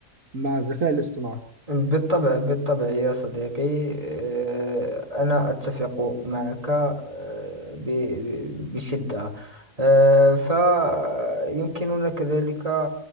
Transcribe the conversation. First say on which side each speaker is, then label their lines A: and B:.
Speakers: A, on the right; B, on the right.
A: مع الذكاء الاصطناعي
B: بالطبع بالطبع يا صديقي آه، أنا أتفق معك آه، ب- بشدة آه، فيمكننا كذلك